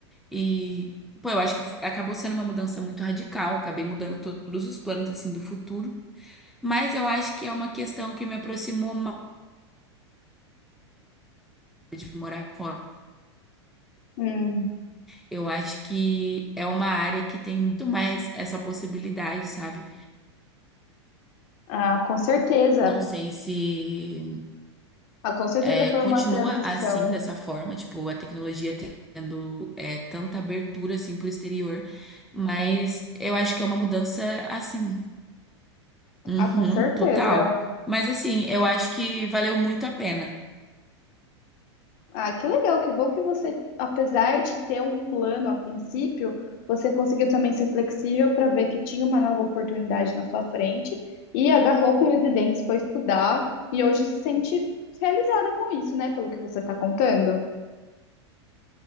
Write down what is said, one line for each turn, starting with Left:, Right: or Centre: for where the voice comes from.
Centre: E, pô, eu acho que fu- acabou sendo uma mudança muito radical, acabei mudando to- todos os planos, assim, do futuro. Mas eu acho que é uma questão que me aproximou mais de morar fora.
Left: Hum,
Centre: Eu acho que é uma área que tem muito mais essa possibilidade, sabe?
Left: ah, com certeza.
Centre: Não sei se
Left: Ah, com certeza
Centre: é,
Left: foi
Centre: continua
Left: uma transição.
Centre: assim, dessa forma, tipo, a tecnologia tendo é, tanta abertura, assim, pro exterior. Mas eu acho que é uma mudança, assim Uhum,
Left: Ah, com certeza.
Centre: total.
Left: é
Centre: Mas assim, eu acho que valeu muito a pena.
Left: Ah, que legal, que bom que você, apesar de ter um plano a princípio, você conseguiu também ser flexível para ver que tinha uma nova oportunidade na sua frente e agarrou com os dentes, foi estudar e hoje se sente realizada com isso, né? Pelo que você está contando.